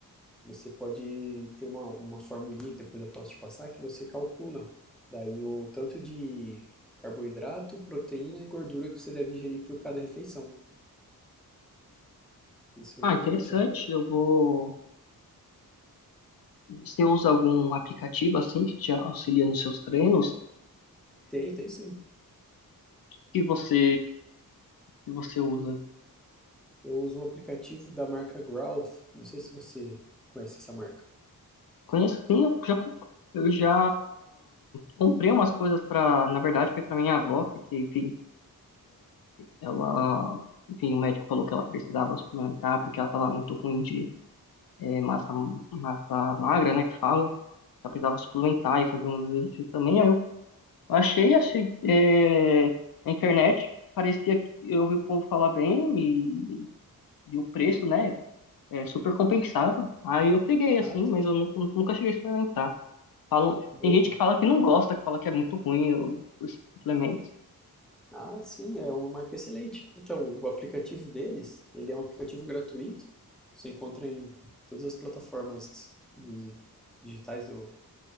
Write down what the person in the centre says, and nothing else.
Você pode ter uma, uma formulinha que depois eu posso te passar que você calcula. Daí o tanto de carboidrato, proteína e gordura que você deve ingerir por cada refeição. Isso
te ajudaria
bastante.
Tem, tem sim.
Eu uso um aplicativo da marca Growth. Não sei se você conhece essa marca.
Sim.
Ah,
boa.
Ah, sim, é uma marca excelente. Então, o aplicativo deles, ele é um aplicativo gratuito. Você encontra em todas as plataformas de- digitais do-